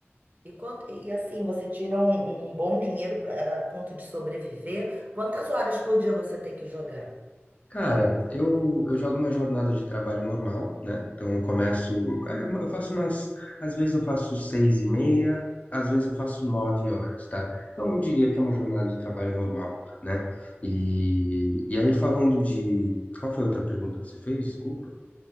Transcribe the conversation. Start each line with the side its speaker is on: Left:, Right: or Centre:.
Right: E, quanto, e assim, você tira um, um bom dinheiro para ponto de sobreviver. Quantas horas por dia você tem que jogar?
Left: Cara, eu, eu jogo uma jornada de trabalho normal, né? Então eu começo. é, uma- eu faço umas. Às vezes eu faço seis e meia, às vezes eu faço nove horas, tá? Então eu diria que é uma jornada de trabalho normal, né? E, e aí falando de. Qual foi a outra pergunta que você fez? Desculpa.